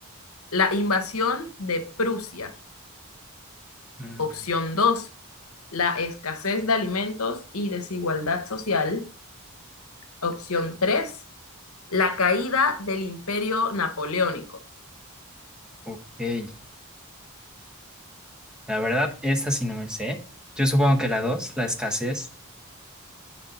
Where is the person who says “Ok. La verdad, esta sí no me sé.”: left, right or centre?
Centre